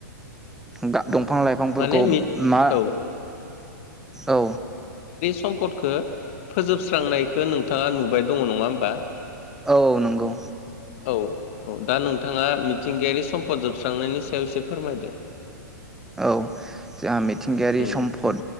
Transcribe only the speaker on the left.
माने मि
औ
सम्पदखो फोजोबस्रांनायखौ नोंथाङा नुबाय दङ नङा होमबा?
औ औ दा नोंथाङा मिथिंगायारि सम्फद जोबस्रांनायनि सायाव एसे फोरमायदो।
उम